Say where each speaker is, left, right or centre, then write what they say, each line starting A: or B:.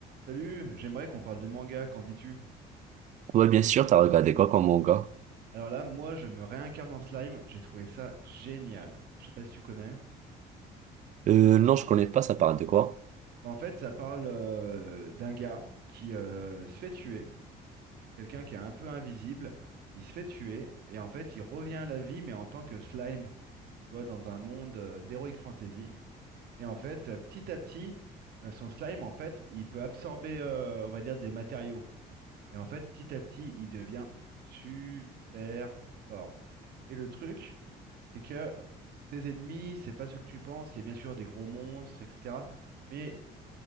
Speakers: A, on the right; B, on the right.
A: Salut, j'aimerais qu'on parle de manga, qu'en dis-tu?
B: Ouais, bien sûr, t'as regardé quoi comme manga?
A: Alors là, moi, je me réincarne en slime, j'ai trouvé ça génial. Je sais pas si tu connais.
B: Euh, non, je connais pas, ça parle de quoi?
A: Mais en fait, ça parle euh, d'un gars qui euh, se fait tuer, quelqu'un qui est un peu invisible, il se fait tuer, et en fait, il revient à la vie, mais en tant que slime, tu vois, dans un monde euh, d'heroic fantasy. Et en fait, euh, petit à petit, euh, son slime, en fait, il peut absorber, euh, on va dire, des matériaux. Et en fait, petit à petit, il devient super fort. Et le truc, c'est que ces ennemis, c'est pas ce que tu penses. Il y a bien sûr des gros monstres, etc. Mais